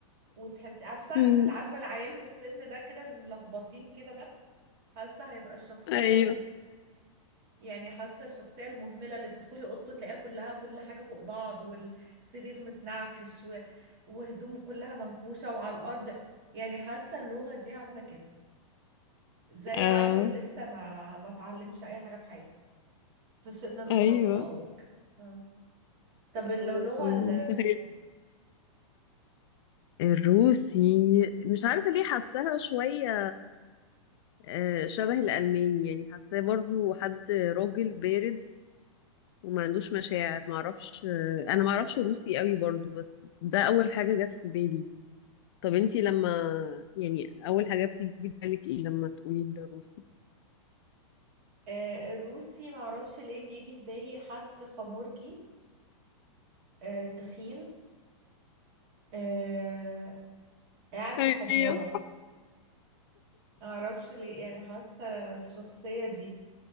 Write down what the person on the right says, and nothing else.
وتحسي عارفة
عارفة العيال في السن ده كده الملخبطين كده ده حاسة هيبقى الشخصية
دي يعني حاسة الشخصية المهملة اللي تدخلي أوضته تلاقيها كلها كل حاجة فوق بعض والسرير متنعكش و... وهدومه كلها منكوشة وعلى الأرض يعني حاسة اللغة دي عاملة كده زي
عيل لسه ما ما اتعلمش أي حاجة في حياته في سن المراهقة
أو كده آه. طب
اللغة
الروسي
آه الروسي معرفش ليه بيجي في بالي حد خمورجي آه تخين آه... قاعد
في خمارة معرفش ليه يعني حاسة الشخصية دي